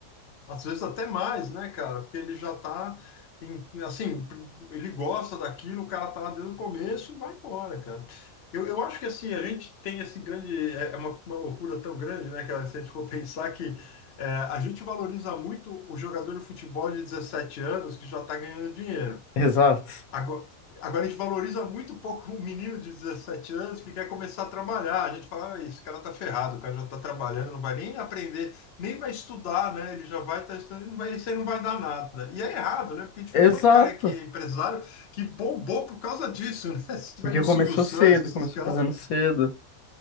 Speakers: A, on the left; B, on the left.
A: Às vezes até mais, né, cara? Porque ele já tá, em- assim, ele gosta daquilo, o cara tá lá desde o começo e vai embora, cara. Eu, eu acho que, assim, a gente tem esse grande... É é uma, uma loucura tão grande, né, cara? Se a gente for <laughs> pensar que é, a gente valoriza muito o jogador de futebol de 17 anos que já tá ganhando dinheiro.
B: Exato.
A: Agora, agora a gente valoriza muito pouco um menino de 17 anos que quer começar a trabalhar. A gente fala, ah, esse cara tá ferrado, o cara já tá trabalhando, não vai nem aprender, nem vai estudar, né? Ele já vai estar estudando, não vai, isso aí não vai dar nada. E é errado, né? Porque a gente
B: Exato.
A: vê quanto cara que é empresário que bombou por causa disso, né? <laughs> Se tiver
B: Porque
A: um
B: começou
A: Silvio Santos,
B: cedo, começou
A: esses caras.
B: fazendo cedo.